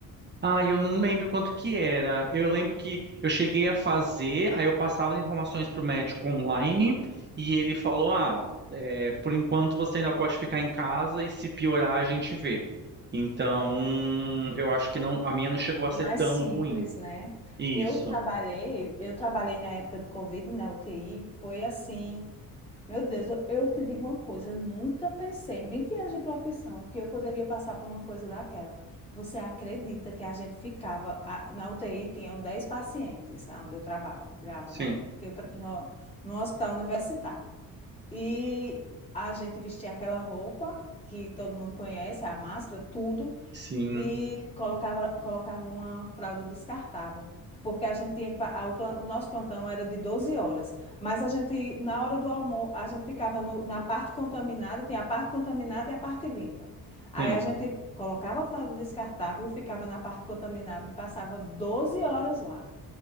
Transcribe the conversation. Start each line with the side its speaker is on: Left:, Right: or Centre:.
Right: Ah, eu não lembro quanto
Left: Nessa
Right: que era.
Left: época.
Right: Eu lembro que eu cheguei a fazer, aí eu passava as informações para o médico online e ele falou: Ah, é, por enquanto você ainda pode ficar em casa e se piorar a gente vê. Então, eu acho que não, a minha não chegou a
Left: Foi
Right: ser
Left: mais
Right: tão
Left: simples,
Right: ruim.
Left: né?
Right: Isso.
Left: Eu trabalhei, eu trabalhei na época do Covid, na UTI, foi assim Meu Deus, eu, eu te digo uma coisa, eu nunca pensei em 20 anos de profissão que eu poderia passar por uma coisa daquela. Você acredita que a gente ficava, a- na UTI tinham 10 pacientes, onde eu trabalhava, trabalhava,
Right: Sim,
Left: né? Que eu, tra- no, no hospital universitário. E a gente vestia aquela roupa que todo mundo conhece, a máscara, tudo,
Right: sim,
Left: e colocava, colocava uma fralda descartável. Porque a gente tinha, que pa- a- o, plan- o nosso plantão era de 12 horas, mas a gente, na hora do almoço, a gente ficava no- na parte contaminada, tinha a parte contaminada e a parte limpa. Aí
Right: sim,
Left: a gente colocava a fralda descartável e ficava na parte contaminada e passava 12 horas lá.